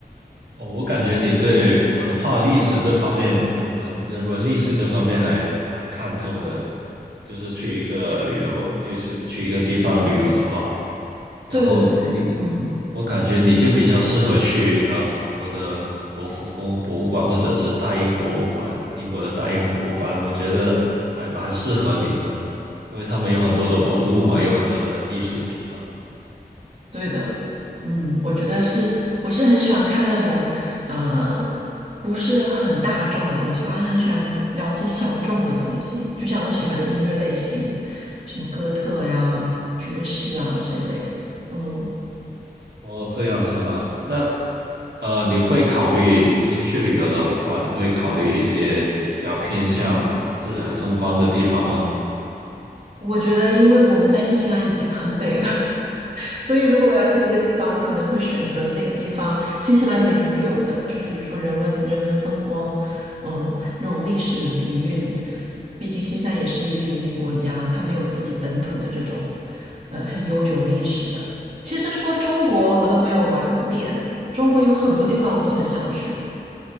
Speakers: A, on the right; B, on the right.
A: 哦，我感觉你对文化历史这方面、人文人文历史这方面还蛮看重的。就是去一个旅游，就是去一个地方旅游的话，然后你，
B: 对对对，嗯。
A: 我感觉你就比较适合去呃法国的罗浮宫博物馆或者是大英博物馆，英国的大英博物馆，我觉得还蛮适合你的，因为他们有很多的文物嘛，有很多的艺术品嘛。
B: 对的，嗯，我觉得是，我是很喜欢看那种，呃，不是很大众的东西，我还很喜欢了解小众的东西，就像我喜欢的音乐类型，什么哥特呀、爵士啊这一类。嗯，
A: 哦，这样是吗？那呃，你会考虑，就是去旅游的话，你会考虑一些比较偏向自然风光的地方吗？
B: 我觉得因为我们在新西兰已经很美了，<laughs> 所以，如果我要去一个地方，我可能会选择那个地方新西兰没有的，就是比如说人文、人文风光，嗯，那种历史底蕴。毕竟新西兰也是一个移民国家，它没有自己本土的这种，呃，很悠久历史的。其实说中国，我都没有玩遍，中国有很多地方我都很想去。